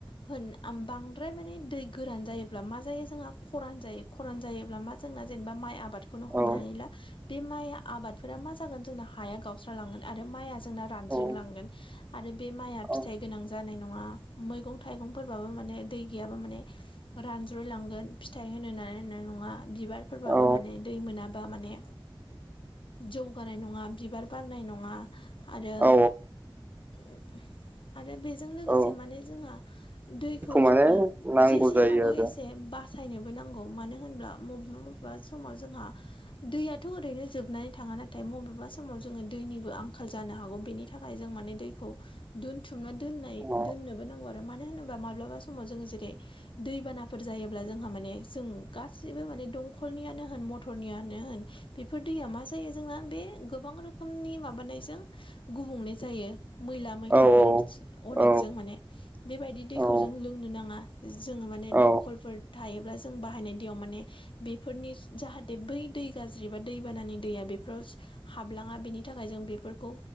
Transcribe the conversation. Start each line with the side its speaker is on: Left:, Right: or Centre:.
Left: <unintelligible> होन बांद्राय माने दै गोरान जायोब्ला मा जायो जोंहा खरान जायो खरान जायोब्ला मा जोंना जेनोबा माइ आबाद खौनो हमनानै
Right: औ
Left: ला बे माइ आबादफोरा मा जागोन जोंना हाया गावसालांगोन आरो माइ आं जों जोंनो रानज्रिं
Right: औ औ
Left: लांगोन आरो बे माइआ
Right: औ
Left: फिथाइ गोनां जा जानाय नङा मैगं थाइगंफोरबाबो माने दै गैयाबा माने रानज्रायलांगोन फिथाइ होनो हानाय नङा बिबारफोरबाबो
Right: औ
Left: माने दै मोनाबा माने जौगानाय नङा बिबार बारनाय नङा आरो
Right: औ
Left: उम आरो बेजों लोगोसे
Right: औ
Left: माने जोंहा दैखौ
Right: माने
Left: जोङो
Right: नांगौ
Left: जेसे
Right: जायो
Left: हागौ
Right: आरो
Left: एसे बा बासायनोबो नांगौ मानो होनब्ला मबेबा मबेबा समाव जोंहा दैयाथ' ओरैनो जोबनानै थाङा नाथाय बबेबा समाव जोङो दैनिबो आंखाल जानो हागौ बेनि थाखाय जों मानि दैखौ दोनथुमना दोननाय
Right: अ
Left: दोननोबो नांगौ आरो मानो होनोबा माब्लाबा समाव जोङो जेरै दै बानाफोर जायोब्ला जोंहा माने जों गासिबो माने दंखलनिआनो होन मथरनिआनो होन बिब बेफोर दैया मा जायो जोंना बे गोबां रोखोमनि माबानायजों गुबुंले जायो मैला मैथाफोर
Right: औ
Left: सो अनेकजों
Right: औ
Left: माने बेबायदि दैखौ
Right: औ
Left: जों लोंनो नाङा जोङो माने
Right: औ
Left: दंखलफोर थायोब्ला जों बाहायनाय दैयाव माने बेफोरनि जाहाथे बै दै गाज्रि फो एबा दैबानानि दैया बेफोराव सो हाबलांआ बेनि थाखाय जों बेफोरखौ